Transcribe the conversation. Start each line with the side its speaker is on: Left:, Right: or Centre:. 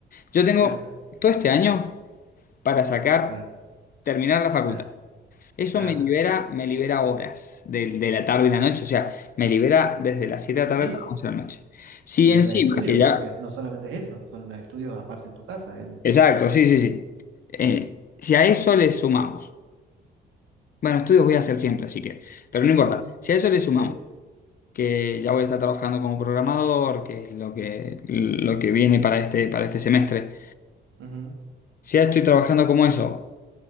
Left: Yo tengo
Right: claro.
Left: todo este año para sacar,
Right: Ahora,
Left: terminar la facultad.
Right: cla-
Left: Eso
Right: claro.
Left: me libera, me libera horas de, de la tarde y la noche, o sea, me libera desde las 7 de la
Right: Sí,
Left: tarde hasta las 11 de la noche. Si
Right: y
Left: encima,
Right: horas de estudio,
Left: que ya,
Right: porque no solamente es eso, son horas de estudio aparte en tu casa, digamos.
Left: exacto, sí, sí, sí. Eh, si a eso le sumamos, bueno, estudios voy a hacer siempre, así que, pero no importa,
Right: Ujú,
Left: si a eso le sumamos,
Right: sí,
Left: que ya voy a estar trabajando como programador, que es lo que, lo que viene para este, para este semestre,
Right: ujú,
Left: si ya estoy trabajando como eso,